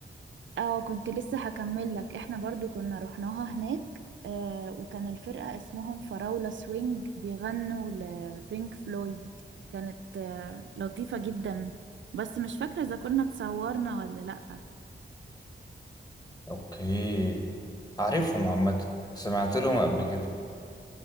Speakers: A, on the right; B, on the left.
A: اه كنت لسه هكمل لك احنا برضو كنا رحناها هناك آه وكان الفرقة اسمهم فراولة سوينج بيغنوا لبينك فلويد كانت آه لطيفة جدا بس مش فاكرة اذا كنا اتصورنا ولا لأ
B: اوكي عارفهم عامة سمعت لهم قبل كده